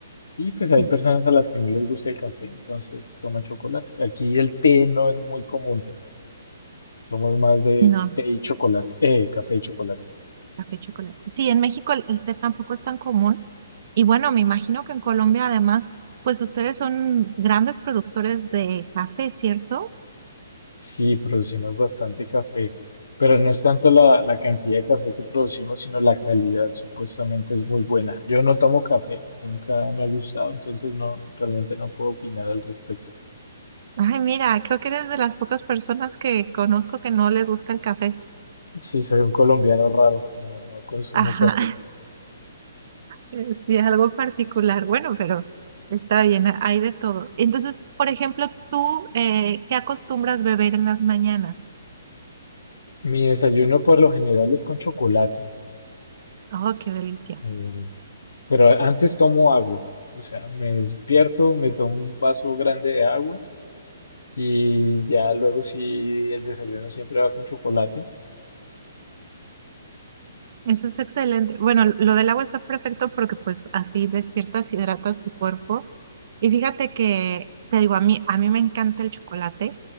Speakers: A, on the left; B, on the right.
A: Y pues hay
B: Mm,
A: personas a las que no les gusta el café, entonces toman chocolate. Aquí el té no es muy común. Somos más de
B: No,
A: té y chocolate, eh, café y chocolate.
B: café chocolate. Sí, en México el, el té tampoco es tan común. Y bueno, me imagino que en Colombia, además, pues ustedes son grandes productores de café, ¿cierto?
A: Sí, producimos bastante café, pero no es tanto la, la cantidad de café que producimos, sino la calidad, supuestamente es muy buena. Yo no tomo café, nunca me ha gustado, entonces no, realmente no puedo opinar al respecto.
B: Ay, mira, creo que eres de las pocas personas que conozco que no les gusta el café.
A: Sí, soy un colombiano raro, no, no consumo
B: Ajá.
A: café.
B: <laughs> Sí, es algo particular, bueno, pero está bien, ha- hay de todo. Entonces, por ejemplo, tú, eh, ¿qué acostumbras beber en las mañanas?
A: Mi desayuno por lo general es con chocolate,
B: Oh, qué delicia.
A: eh, pero antes tomo agua, o sea, me despierto, me tomo un vaso grande de agua Y ya luego sí, el desayuno siempre va con chocolate.
B: Eso está excelente. Bueno, lo del agua está perfecto porque pues así despiertas, hidratas tu cuerpo. Y fíjate que, te digo, a mí, a mí me encanta el chocolate,